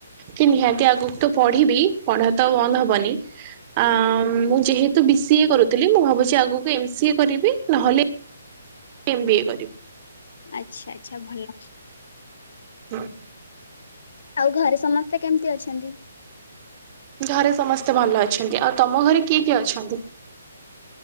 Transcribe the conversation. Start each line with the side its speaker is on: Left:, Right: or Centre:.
Right: କି ନିହାତି ଆଗକୁ ତ ପଢିବି ପଢା ତ ଆଉ ବନ୍ଦ ହବନି। ଆ ମୁଁ ଯେହେତୁ ବି ସିଏ କରୁଥିଲି ମୁଁ ଭାବୁଚି ଆଗକୁ ଏମ ସିଏ କରିବି ନହେଲେ ଏମ୍ ବି ଏ କରିବୁ
Left: ଆଚ୍ଛା ଆଚ୍ଛା ଭଲ।
Right: ହୁଁ।
Left: ଆଉ ଘରେ ସମସ୍ତେ କେମିତି ଅଛନ୍ତି?
Right: ଘରେ ସମସ୍ତେ ଭଲ ଅଛନ୍ତି ଆଉ ତମ ଘରେ କିଏ କିଏ ଅଛନ୍ତି?